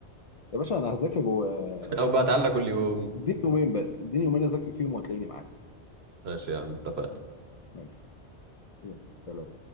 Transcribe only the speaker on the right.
<laughs> او بقى تعالى كل يوم
ماشي يا عم اتفقنا